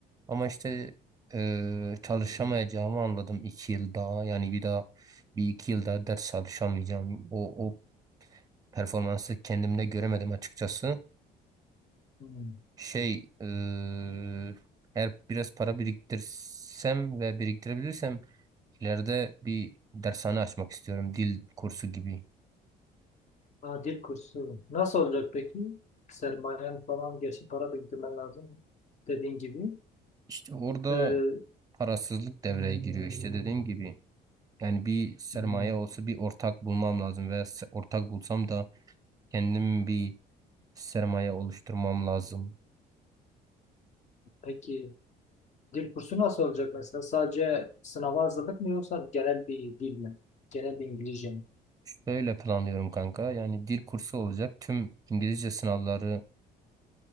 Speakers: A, on the right; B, on the left.
A: Ama işte eee, çalışamayacağımı anladım iki yıl daha. Yani bir daha bir iki yıl daha ders çalışamayacağım. O, o performansı kendimde göremedim açıkçası.
B: hmm.
A: Şey eee, eğer biraz para biriktirsem ve biriktirebilirsem ileride bir dershane açmak istiyorum. Dil kursu gibi.
B: Aa, dil kursu. Nasıl olacak peki? Sermayen falan. Gerçi para biriktirmen lazım. Dediğin gibi.
A: İşte orada
B: Ee,
A: parasızlık devreye giriyor. İşte dediğim gibi. Yani bir sermaye
B: hmm,
A: olsa bir ortak bulmam lazım veya se- ortak bulsam da kendim bir sermaye oluşturmam lazım.
B: peki. Dil kursu nasıl olacak mesela? Sadece sınava hazırlık mı yoksa genel bir dil mi? Genel bir İngilizce mi?
A: Şöyle planlıyorum kanka. Yani dil kursu olacak. Tüm İngilizce sınavlarını